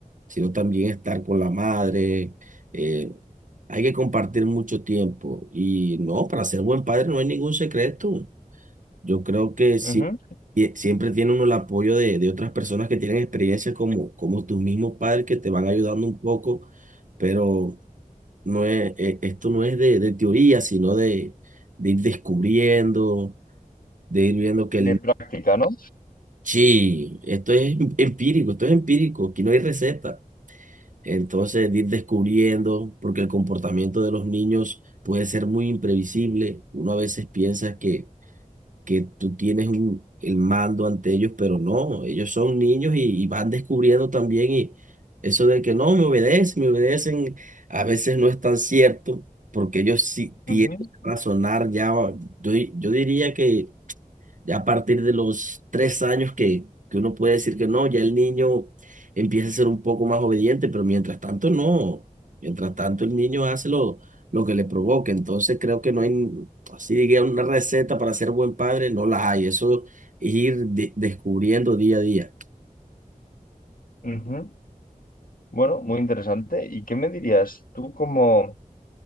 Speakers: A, on the right; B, on the left.
A: sino también estar con la madre. eh, hay que compartir mucho tiempo. Y no, para ser buen padre no hay ningún secreto. Yo creo que sí,
B: ujú.
A: y siempre tiene uno el apoyo de, de otras personas que tienen experiencia como, como tus mismos padres que te van ayudando un poco, pero no es, e- esto no es de, de teoría, sino de, de ir descubriendo, de ir viendo que
B: De
A: el
B: práctica, ¿no?
A: Sí, esto es em, empírico, esto es empírico, aquí no hay receta. Entonces, de ir descubriendo, porque el comportamiento de los niños puede ser muy imprevisible. Uno a veces piensa que, que tú tienes un- el mando ante ellos, pero no, ellos son niños y, y van descubriendo también y eso de que no, me obedecen, me obedecen, a veces no es tan cierto, porque ellos sí tienen
B: Ujú,
A: que razonar ya, yo, di- yo diría que ya a partir de los tres años que, que uno puede decir que no, ya el niño empieza a ser un poco más obediente, pero mientras tanto no, mientras tanto el niño hace lo, lo que le provoca, entonces creo que no hay, así diga, una receta para ser buen padre, no la hay, eso es ir de- descubriendo día a día.
B: ujú. Bueno, muy interesante. ¿Y qué me dirías tú como,